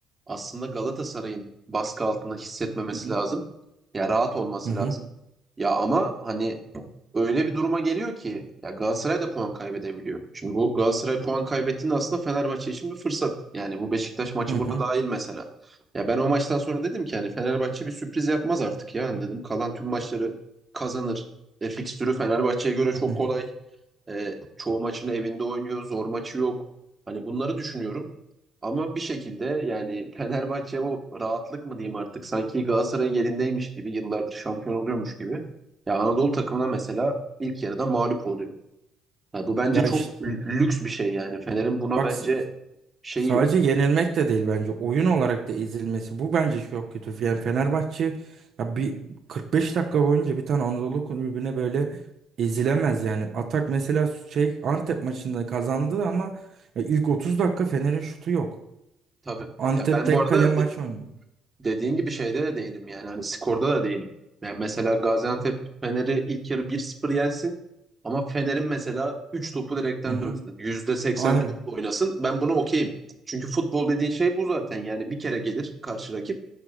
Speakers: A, on the right (about 20°); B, on the right (about 55°).
A: Aslında Galatasaray'ın baskı altında hissetmemesi
B: Hı hı.
A: lazım. Ya rahat olması
B: Hı hı
A: lazım. Ya ama hani öyle bir duruma geliyor ki ya Galatasaray da puan kaybedebiliyor. Şimdi bu Galatasaray puan kaybettiğinde aslında Fenerbahçe için bir fırsat. Yani bu Beşiktaş maçı
B: hı hı
A: buna dahil mesela. Ya ben o maçtan sonra dedim ki hani Fenerbahçe bir sürpriz yapmaz artık ya. Hani dedim kalan tüm maçları kazanır. E, fikstürü Fenerbahçe'ye göre çok
B: hı hı.
A: kolay. E, çoğu maçını evinde oynuyor. Zor maçı yok. Hani bunları düşünüyorum. Ama bir şekilde yani Fenerbahçe bu rahatlık mı diyeyim artık sanki Galatasaray'ın yerindeymiş gibi yıllardır şampiyon oluyormuş gibi. Ya Anadolu takımına mesela ilk yarıda mağlup oluyor. Ya bu bence
B: Ya
A: çok
B: işte
A: lü- lüks bir şey yani. Fener'in buna
B: bak
A: bence
B: s-
A: şeyi
B: sadece
A: yok.
B: yenilmek de değil bence oyun olarak da ezilmesi bu bence çok kötü. Yani Fenerbahçe ya bir 45 dakika boyunca bir tane Anadolu kulübüne böyle ezilemez yani. Atak mesela şey Antep maçında kazandı ama ya ilk 30 dakika Fener'in şutu yok.
A: Tabii.
B: Antep
A: Ya ben
B: tek
A: bu arada
B: kale maç
A: de-
B: oynuyor.
A: dediğin gibi şeyde de değilim yani. Hani skorda da değilim. Yani mesela Gaziantep Fener'i ilk yarı bir 0 yensin ama Fener'in mesela 3 topu direkten
B: Hı hı.
A: dönsün. yüzde seksen
B: Aynen.
A: topla oynasın. Ben buna okeyim. Çünkü futbol dediğin şey bu zaten. Yani bir kere gelir karşı rakip.